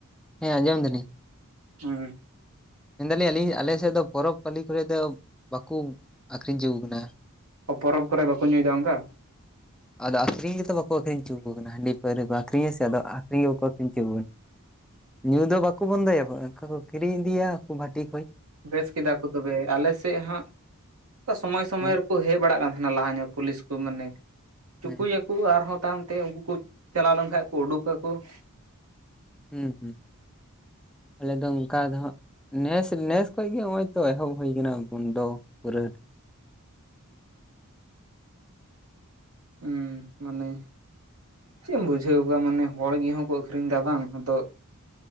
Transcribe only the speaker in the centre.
ᱦᱮᱸ ᱟᱸᱡᱚᱢ ᱫᱟᱹᱞᱤᱧ ᱾
ᱢᱮᱱ ᱫᱟᱹᱞᱤᱧ ᱟᱹᱞᱤᱧ ᱟᱞᱮ ᱥᱮᱫ ᱫᱚ ᱯᱚᱨᱚᱵᱽ ᱯᱟᱹᱞᱤ ᱠᱚᱨᱮᱫ ᱫᱚ ᱵᱟᱠᱚ ᱟᱹᱠᱷᱨᱤᱧ ᱪᱚ ᱠᱟᱱᱟ ᱾
ᱟᱫᱚ ᱟᱹᱠᱷᱨᱤᱧ ᱜᱮᱛᱚ ᱵᱟᱠᱚ ᱟᱹᱠᱷᱨᱤᱧ ᱪᱚᱣᱟᱠᱚ ᱠᱟᱱᱟ, ᱦᱟᱺᱰᱤ ᱯᱟᱹᱣᱨᱟᱹ ᱠᱚ ᱟᱹᱠᱷᱨᱤᱧᱟ ᱥᱮ ᱟ ᱟᱹᱠᱷᱨᱤᱧ ᱜᱮ ᱵᱟᱠᱚ ᱟᱹᱠᱷᱨᱤᱧ ᱦᱚᱪᱚᱣᱟᱠᱚ ᱠᱟᱱᱟ, ᱧᱩ ᱫᱚ ᱵᱟᱠᱚ ᱵᱚᱱᱫᱚᱭᱟ ᱮᱱᱠᱷᱟ ᱠᱚ ᱠᱤᱨᱤᱧ ᱤᱫᱤᱭᱟ ᱾ ᱵᱷᱟᱹᱴᱤ ᱠᱷᱚᱡ ᱾
ᱦᱮᱸ
ᱦᱮᱸ
ᱦᱩᱸ ᱦᱩᱸ ᱟᱞᱮ ᱫᱚ ᱚᱝᱠᱟ ᱫᱚ ᱦᱟᱸᱜ, ᱱᱮᱥ ᱱᱮᱥ ᱠᱷᱚᱡ ᱜᱮ ᱦᱚᱜᱼᱚᱭ ᱛᱚ ᱮᱦᱚᱵ ᱦᱩᱭ ᱠᱟᱱᱟ ᱵᱚᱱᱫᱚ ᱯᱩᱨᱟᱹ ᱾